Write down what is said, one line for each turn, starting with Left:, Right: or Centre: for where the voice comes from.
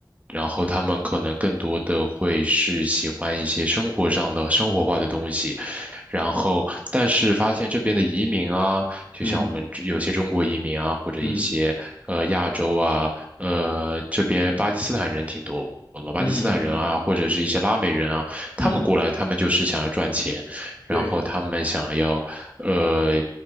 Right: 然后他们可能更多的会是喜欢一些生活上的生活化的东西，然后但是发现这边的移民啊，就像我们这有些中国移民啊，
Left: 嗯
Right: 或者一些呃亚洲啊，
Left: 嗯
Right: 呃这边巴基斯坦人挺多。的嘛巴基斯坦人啊，
Left: 嗯嗯
Right: 或者是一些拉美人啊，他们过来，
Left: 嗯，
Right: 他们就是想要赚钱，然后他们想要，
Left: 对，
Right: 呃，